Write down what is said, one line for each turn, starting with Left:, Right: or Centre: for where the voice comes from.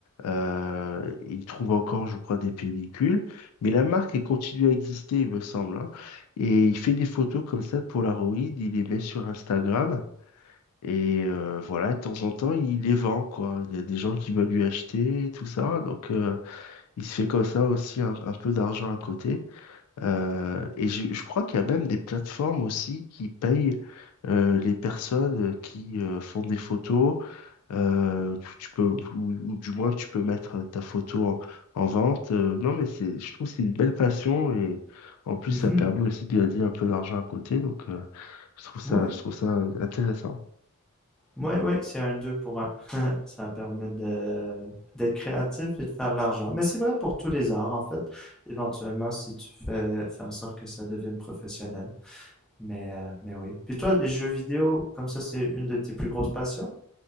Left: Euh, il trouve encore, je crois, des pellicules, mais la marque, elle continue à exister, il me semble. hein. Et il fait des photos comme ça de Polaroid, il les met sur Instagram. Et euh, voilà, de temps en temps, il les vend, quoi. Il y a des gens qui veulent lui acheter, tout ça. Donc, euh, il se fait comme ça aussi un, un peu d'argent à côté. Euh, et je, je crois qu'il y a même des plateformes aussi qui payent euh, les personnes qui euh, font des photos. Euh, tu, tu peux, ou, ou du moins, tu peux mettre ta photo en, en vente. Euh, non, mais c'est, je trouve que c'est une belle passion et en plus,
Centre: Mhm.
Left: ça permet aussi de gagner un peu d'argent à côté. Donc, euh, je trouve ça,
Centre: Ouais.
Left: je trouve ça intéressant.
Centre: Ouais, ouais, c'est un 2 pour un. <laughs> Ça permet de d'être créatif et de faire de l'argent. Mais c'est vrai pour tous les arts, en fait. Éventuellement, si tu fais, fais en sorte que ça devienne professionnel. Mais, euh, mais oui. Puis toi, les jeux vidéo, comme ça, c'est une de tes plus grosses passions?